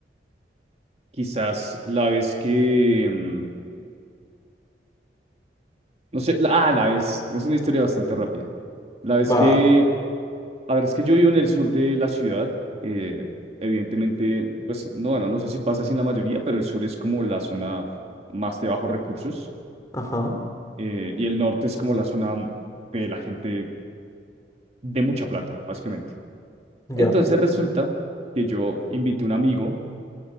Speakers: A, on the right (about 35°); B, on the left (about 20°).
A: quizás la vez que, em, no sé, la- ah, la vez, es una historia bastante rápida. La vez
B: Va.
A: que A ver, es que yo vivo en el sur de la ciudad. eh, evidentemente, pues no, bueno, no sé si pasa así en la mayoría, pero el sur es como la zona más de bajos recursos
B: Ajá.
A: eh, y el norte es como la zona de la gente de mucha plata, básicamente.
B: Ya.
A: Entonces resulta que yo invité a un amigo